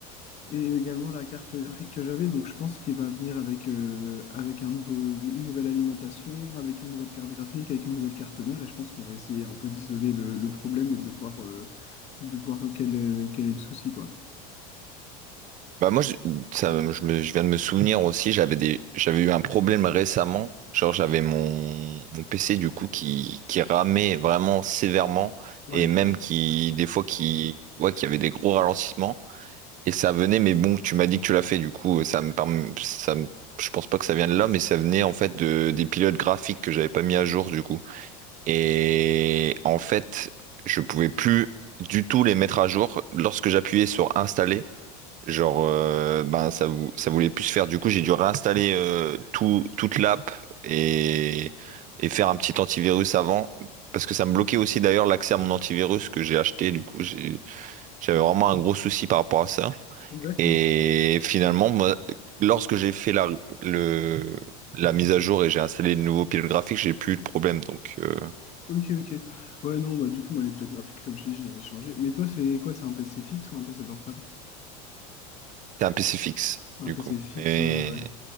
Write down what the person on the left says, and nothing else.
Et également la carte graphique que j'avais, donc je pense qu'il va venir avec, euh, avec un nouveau, une nouvelle alimentation, avec une nouvelle carte graphique, avec une nouvelle carte mère, et je pense qu'on va essayer un peu d'isoler le, le problème et de voir, euh, de voir quel est, quel est le souci, quoi.
Ouais,
d'accord.
Ok, ok. Ouais, non, bah du coup, moi, les plaques graphiques, comme je t'ai dit, je les ai changées. Mais toi, c'est quoi? C'est un PC fixe ou un PC portable?
Un
PC
fixe,
ouais ouais, ouais.